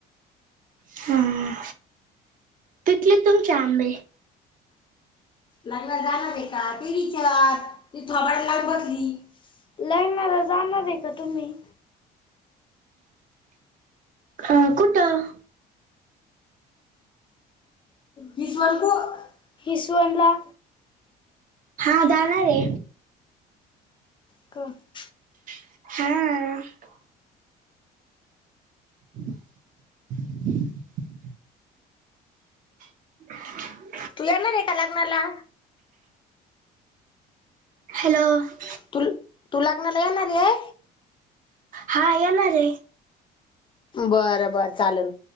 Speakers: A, on the right (about 50°); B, on the left (about 30°).
A: हां, पितलेत तुमचे आंबे?
B: लग्नाला जाणारे क, ते विचार ती थोबाड लावुन बतली. लग्नाला जाणारे का तुम्ही?
A: अ... कुठं?
B: हिसवळ बो हिसवनला.
A: हा, जाणारे.
B: क <inaudible>
A: हंम्मं् <inaudible> <inaudible>
B: तू येणार आहे. का? लग्नाला?.
A: हॅलो व.
B: तु <inaudible> तू लग्नाला येणार आहे.
A: हांअ येणार आहे.
B: बरं -बरं चालेल